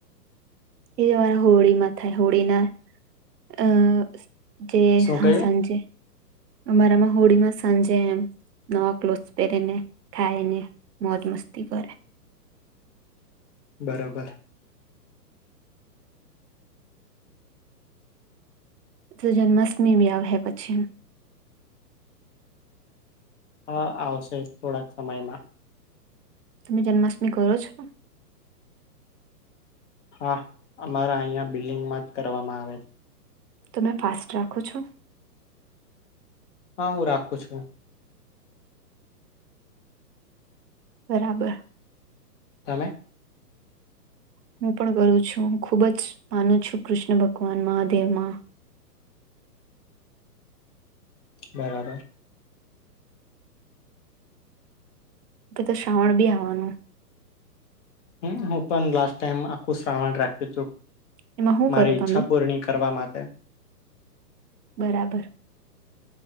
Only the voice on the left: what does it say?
શું
કહ્યું?
બરોબર.
હા, આવશે થોડાક સમયમાં.
હા, અમારા અહીં બિલ્ડિંગમાં જ કરવામાં આવે છે.
હા, હું રાખું છું.
તમે?
<unintelligible> બરાબર.
હું પણ લાસ્ટ ટાઈમ આખું શ્રાવણ રાખ્યું હતું.
મારી
ઈચ્છા
પૂર્ણી કરવા માટે.